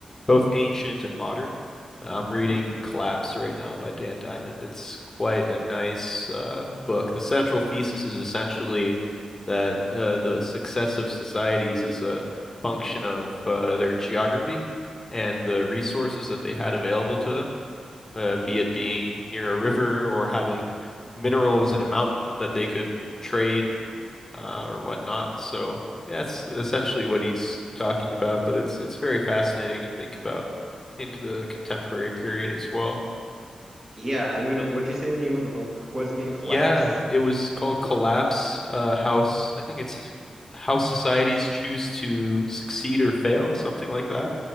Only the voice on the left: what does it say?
both ancient and modern. I'm reading
Collapse right now by Dan Diamond. It's quite a nice uh book. The central thesis is essentially that uh the success of societies is a function of uh their geography and the resources that they had available to them, uh, be it being near a river or having minerals in a mountain that they could trade uh, or whatnot. So yeah, that's essentially what he's talking about, but it's it's very fascinating to think about in the contemporary period as well.
Yeah,
it was called Collapse, uh, House. I think it's How Societies Choose to Succeed or Fail, something like that,